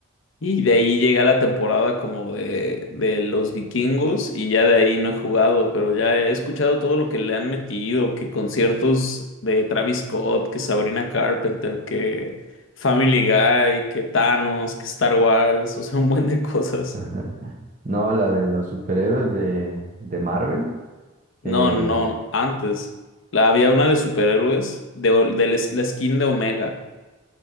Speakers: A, on the left (about 70°); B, on the right (about 40°).
A: Y de ahí llega la temporada como de, de los vikingos y ya de ahí no he jugado, pero ya he escuchado todo lo que le han metido, que conciertos de Travis Scott, que Sabrina Carpenter, que Family Guy, que Thanos, que Star Wars, o sea, un buen de cosas.
B: <laughs> No, la de los superhéroes de, de Marvel.
A: No,
B: Eh,
A: no, no, antes. La, había una de superhéroes, de, o- de la, es- la skin de Omega.